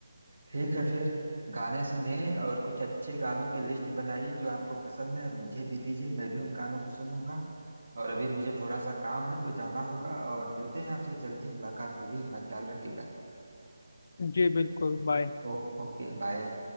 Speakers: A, on the right; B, on the left.
A: ठीक है फिर गाने सुनिए और कुछ अच्छे गानों की लिस्ट बनाइए जो आपको पसंद है और मुझे भी दीजिए मैं भी उन गानों को सुनूंगा और अभी मुझे थोड़ा सा काम है तो जाना होगा और मिलते हैं आपसे जल्दी मुलाकात होगी अपना ख्याल रखिएगा
B: जी बिल्कुल बाय
A: ओ ओके बाय